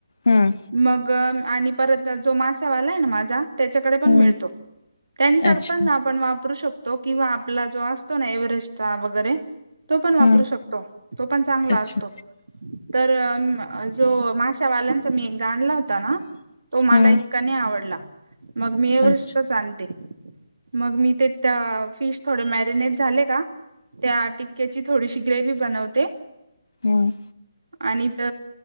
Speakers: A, on the left; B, on the right.
A: हम्म
B: मग आणि परत जो माशावालाय ना माझा, त्याच्याकडे पण
A: हम्म
B: मिळतो त्यांचा
A: अच्छा
B: पण आपण वापरू शक तो किंवा आपला जो असतो ना एव्हरेस्ट वगैरे तो पण वापरू
A: हम्म
B: शकतो तो पण चांगला
A: अच्छा
B: असतो. तर जो माशावाल्यां मी गाणला होता ना तो मला
A: हम्म
B: इतका नाही आवडला. मग मी एवरेस्टचाच
A: अच्छा
B: आणते. मग मी ते त्या फिश थोडे मॅरिनेट झाले का? त्या टिक्क्याची थोडीशी ग्रेवी बनवते,
A: हम्म.
B: आणि त